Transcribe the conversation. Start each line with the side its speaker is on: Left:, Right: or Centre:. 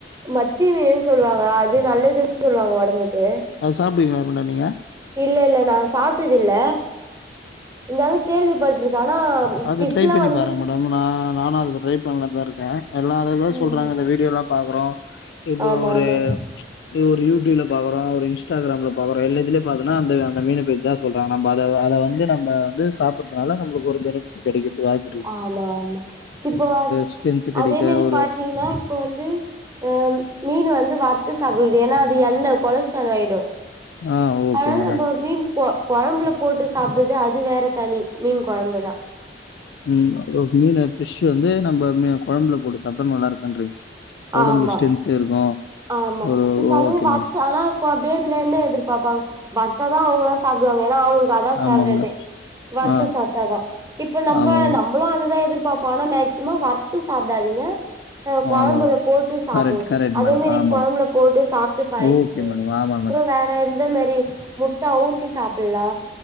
Right: மத்தி மீனுன்னு சொல்லுவாங்க அது நல்லதுன்னு சொல்லுவாங்க ஒடம்புக்கு
Left: அது சாப்ட்டிங்களா மேடம் நீங்க
Right: இல்ல இல்ல நா சாப்ட்டது இல்ல இருந்தாலு கேள்விப்பட்டிருக்கே ஆனா
Left: அது
Right: ஃபிஷ்லாம்
Left: ட்ரை பண்ணி
Right: வந்து
Left: பாருங்க மேடம் நா நானு அது ட்ரை பண்ணலாதா இருக்கே எல்லா அதைதா
Right: ம்.
Left: சொல்றாங்க இந்த வீடியோலா பாக்கறோ இப்போ
Right: ஆமா
Left: ஒரு
Right: ஆமா.
Left: இப்ப ஒரு யூடியூப்ல பாக்குறோ ஒரு இன்ஸ்டாகிராம்ல பாக்குறோ எல்ல இதுல பாத்தன்னா அந்த அந்த மீனு பாத்தா சொல்றங்க நம்ப அத அத வந்து நம்ப வந்து சாப்டுறதுனால நம்பளுக்கு ஒரு பெனிபிட் கெடைக்குதுக்கு வாய்ப்
Right: ஆமா ஆமா இப்போ
Left: ஸ்ட்ரென்த் கெடைக்க
Right: அதே மெரி
Left: ஒரு
Right: பாத்தீங்ன்னா இப்போ வந்து அ மீனு வந்து வறுத்து சாப்டுறது ஏன்னா அது எண்ணெ கொலஸ்ட்ரலாய்டு
Left: ஆ ஓகே
Right: அதனால
Left: மேடம்
Right: நம்ப மீன் கொ கொழம்புல போட்டு சாப்டுது அது வேற தனி மீன் கொழம்புனா
Left: ம் மீன் ஃபிஷ் வந்து நம்ப மீ கொழம்புல போட்டு சாப்ட்ட நல்லா இருக்குன்றிங்க ஒடம்பு
Right: ஆமா
Left: ஸ்டேன்த்து இருக்கு
Right: ஆமா
Left: ஒரு
Right: இப்ப
Left: ஓகே
Right: அதே வர்த்து
Left: மேடம்.
Right: ஆனா கொ பேபில என்ன எதிர்பாப்பாங்க வர்த்தா தா அவுங்கள சாப்டுவாங்க ஏன்னா அவுங்களுக்கு அதா
Left: ஆமா
Right: பேவ்ரட்டே
Left: மேடம்.
Right: வறுத்து
Left: ஆ
Right: சாப்ட்டாதா இப்ப நம்ப
Left: ஆமா மேடம்.
Right: நம் பளு அதுதா எதிர்பாப்போ ஆனா மேக்சிமம் வற்த்து சாப்டாதீங்க ஆ கொழம்புல
Left: ஆமா மேடம்.
Right: போட்டு சாப்டுங்க
Left: கரெக்ட் கரெக்ட்
Right: அதே
Left: மேடம்.
Right: மாரி
Left: ஆமா.
Right: கொழம்புல போட்டு சாப்ட்டு பழகிக்கோங்க
Left: ஓகே மேடம். ஆமா
Right: அப்றோ
Left: மேடம்.
Right: வேற இந் தேமாரி முட்ட அவுச்சி சாப்ல்லா